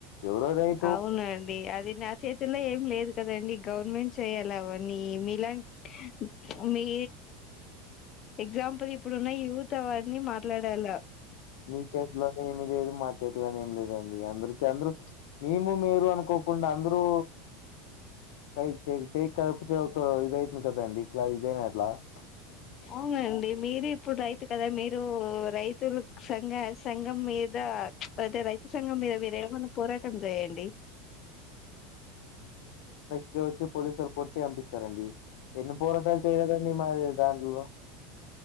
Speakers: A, on the left; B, on the left.
A: ఎవరో రైతు
B: అవునండి అది నా చేతిలో ఏం లేదు కదండి గవర్నమెంట్ చేయాలవని మీలాంట్ మీ ఎగ్జాంపుల్ ఇప్పుడున్న యూత్ అవన్ని మాట్లాడాల
A: మీచేతిల ఏమి లేదు మా చేతిలనే ఏం లేదండి అందరు కి అందరు మేము మీరు అనుకోకుండా అందరూ కై టే టేక్ కలిపితే ఒక ఇదైతుంది కదండి ఇట్లా ఇదైనా అట్లా ప్చ్
B: అవునండి మీరిప్పుడు రైతు కదా మీర్ మీరు రైతులు సంఘ సంఘం మీద ప్చ్ అంటే రైతు సంఘం మీద మీరెమన్న పో రాటం చేయండి
A: ఇగ వచ్చి పోలీసులు కొట్టి చంపేస్తారండి ఎన్ని పోరాటాలు చేయలండి మాది దాంట్లో